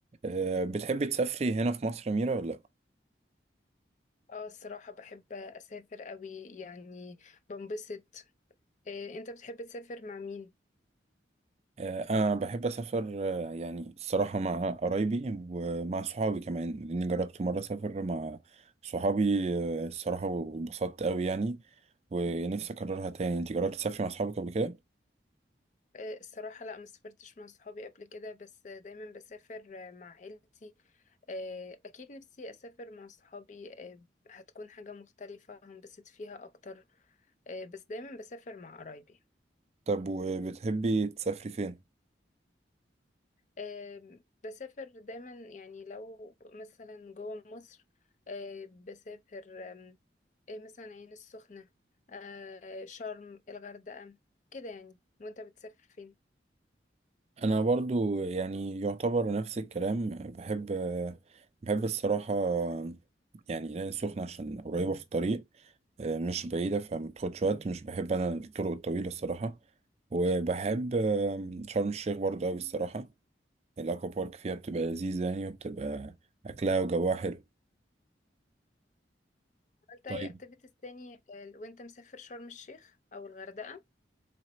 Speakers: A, on the right (about 35°); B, on the left (about 40°).
A: آه، بتحبي تسافري هنا في مصر يا ميرا ولا لأ؟
B: اه الصراحة بحب أسافر قوي يعني بنبسط إيه انت بتحب تسافر مع مين؟
A: آه، أنا بحب أسافر آه، يعني الصراحة مع قرايبي ومع صحابي كمان لأني جربت مرة أسافر مع صحابي آه، الصراحة واتبسطت أوي يعني ونفسي أكررها تاني أنت جربتي تسافري مع صحابك قبل كده؟
B: إيه الصراحة لا ما سافرتش مع صحابي قبل كده بس دايما بسافر مع عيلتي إيه أكيد نفسي أسافر مع صحابي إيه هتكون حاجة مختلفة هنبسط فيها أكتر إيه بس دايما بسافر مع قرايبي
A: طب وبتحبي تسافري فين؟
B: آم، بسافر دايما يعني لو مثلا جوه مصر آه، بسافر آم، إيه مثلا عين السخنة آه، شرم الغردقة كده يعني وانت بتسافر فين
A: أنا برضو يعني يعتبر نفس الكلام بحب آه، بحب الصراحة آه، يعني العين السخنة عشان قريبة في الطريق آه، مش بعيدة فمتاخدش وقت مش بحب أنا الطرق الطويلة الصراحة وبحب آم، شرم الشيخ برضه أوي الصراحة الأكوا بارك فيها بتبقى لذيذة يعني وبتبقى أكلها وجوها حلو
B: عملت
A: طيب
B: اي اكتيفيتيز تاني آه، وانت مسافر شرم الشيخ او الغردقة